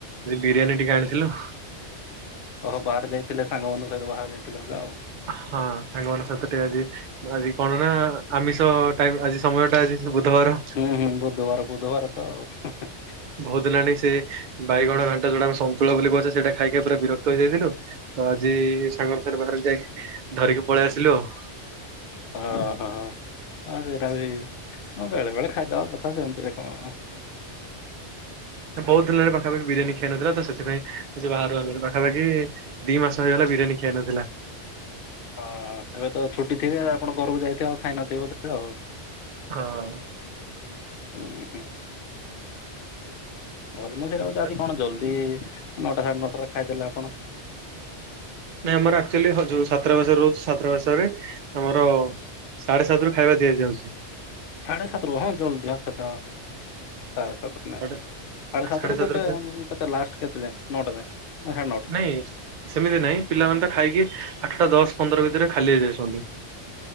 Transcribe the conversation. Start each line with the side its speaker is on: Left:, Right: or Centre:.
Right: ବିରିୟାନୀ ଟିକେ ଆଣିଥିଲୁ।
Left: ଓହୋ ବାହାରେ ଯାଇଥିଲେ ସାଙ୍ଗମାନଙ୍କ ସହିତ ବାହାରେ ଯାଇଥିଲେ ବୋଧେ ଆଉ।
Right: ହଁ ସାଙ୍ଗମାନଙ୍କ ସହିତ ଟିକେ ଆଜି ଆଜି କଣ ନା ଆମିଷ ଟାଇମ୍ ଆଜି ସମୟ ଟା ଆଜି ବୁଧବାର।
Left: ହୁଁ-ହୁଁ ବୁଧବାର ବୁଧବାର ତ ଆଉ ହି-ହି।
Right: ବହୁତଦିନ ହେଲାଣି ସେ ବାଇଗଣ ଘାଣ୍ଟ ଯୋଉଟା ଆମେ ସନ୍ତୁଳା ବୋଲି କହୁଛେ ସେଇଟା ଖାଇ-ଖାଇ ପୁରା ବିରକ୍ତ ହେଇଯାଇଥିଲୁ ତ ଆଜି ସାଙ୍ଗ ସାରେ ବାହାରକୁ ଯାଇକି ଧରିକି ପଳେଇ ଆସିଲୁ ଆଉ।
Left: ଅ-ହଁ। ହଁ ସେଇଟା ବି ବେଳେବେଳେ ଖାଇଦବା କଥା ସେମିତିରେ କଣ।
Right: ବହୁତ
Left: ହଁ
Right: ଦିନରେ ପାଖାପାଖି ବିରିୟାନୀ ଖିଆ ନଥିଲା ତ ସେଥିପାଇଁ ସେ ବାହାରୁ ପାଖାପାଖି ଦି ମାସ ହେଇଗଲା ବିରିୟାନୀ ଖିଆ ନଥିଲା।
Left: ହଁ ଏବେ ତ ଛୁଟି ଥିବେ ଆପଣ ଘରକୁ ଯାଇଥିବେ ଆଉ ଖାଇନଥିବେ ବୋଧେ ଆଉ?
Right: ହଁ।
Left: ହୁଁ ହଁ। ମୁଁ ସେୟା କହୁଚି
Right: ତ
Left: ଆଜି କଣ ଜଲ୍ଦି ନଅଟା ସାଢେ ନଅଟାଟରେ ଖାଇଦେଲେ ଆପଣ?
Right: ନାଇଁ ଆମର ଆକଚୁଆଲି ଯୋଉ ଛାତ୍ରାବାସରେ ରହୁଛି ଛାତ୍ରା ବାସରେ ଆମର ସାଢେ ସାତ ରୁ ଖାଇବା ଦିଆଯାଉଛି।
Left: ସାଢେ ସାତରୁ ହଁ ଜଲଦି ଆଚ୍ଛା ଆଚ୍ଛା ସାଢେ ସାତରୁ। ନାଇଁ
Right: ସାଢେ
Left: ସାଢ଼େ ସାତରୁ
Right: ସାଢେ
Left: ଯେତେ
Right: ଖାଇ
Left: କେତେ ଲାଷ୍ଟ କେତେ ଯାଏ ନଅଟା ଯାଏ ନା ସାଢ଼େ ନଅଟା?
Right: <unintelligible> ସେମିତି ନାହିଁ ପିଲାମାନେ ତ ଖାଇକି ଆଠଟା ଦଶ ପନ୍ଦର ଭିତରେ ଖାଲି ହେଇଯାଉଛନ୍ତି।